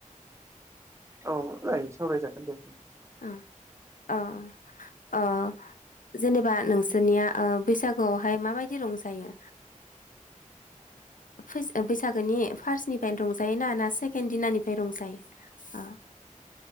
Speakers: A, on the right (about 20°); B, on the left (about 80°).
A: औ जायो सावरायजागोन जे
B: ओ अ अ जेनेबा नोंसा दोनिया ओ बैसागोआवहाय माबायदि रंजायो फैस ओ बैसागोनि फार्स्नि रंजायो ना ना सेकेन्द दिनानिफ्राय रंजायो